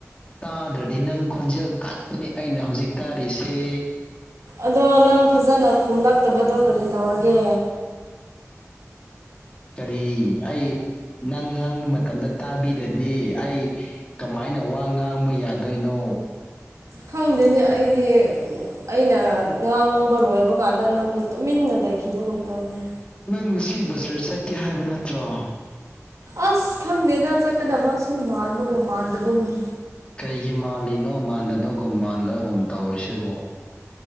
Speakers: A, on the left; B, on the right.
A: ꯇꯥꯗ꯭ꯔꯗꯤ ꯅꯪ ꯈꯣꯟꯖꯦꯜ ꯈꯛꯇꯅꯦ ꯑꯩꯅ ꯍꯧꯖꯤꯛ ꯇꯥꯔꯤꯁꯦ
B: ꯑꯗꯣ ꯅꯪ ꯐꯖꯅ ꯈꯨꯝꯂꯛꯇꯕꯗꯣ ꯀꯔꯤ ꯇꯧꯔꯒꯦ
A: ꯀꯔꯤ ꯑꯩ ꯅꯪ ꯉꯥꯡꯕ ꯃꯇꯝꯗ ꯇꯥꯕꯤꯔꯗꯤ ꯑꯩ ꯀꯃꯥꯏꯅ ꯋꯥ ꯉꯥꯡꯕ ꯌꯥꯗꯣꯏꯅꯣ
B: ꯈꯪꯗꯦꯅꯦ ꯑꯩꯗꯤ ꯑꯩꯅ ꯉꯥꯡꯕ ꯂꯣꯏꯕ ꯀꯥꯟꯗ ꯅꯪꯗꯣ ꯇꯨꯃꯤꯟꯅ ꯂꯩꯈꯤꯕꯒꯨꯝ ꯇꯧꯕꯅꯦ
A: ꯅꯪ ꯉꯁꯤ ꯕꯖꯥꯔ ꯆꯠꯀꯦ ꯍꯥꯏꯕ ꯅꯠꯇ꯭ꯔꯣ
B: ꯑꯁ ꯈꯪꯗꯦꯗ ꯆꯠꯀꯗꯕꯁꯨ ꯃꯥꯟꯕꯒꯨꯝ ꯃꯥꯟꯗꯕꯒꯨꯝ
A: ꯀꯩꯒꯤ ꯃꯥꯜꯂꯤꯅꯣ ꯃꯥꯟꯗꯕꯒꯨꯝ ꯃꯥꯟꯂꯒꯨꯝ ꯇꯧꯋꯤꯁꯤꯕꯨ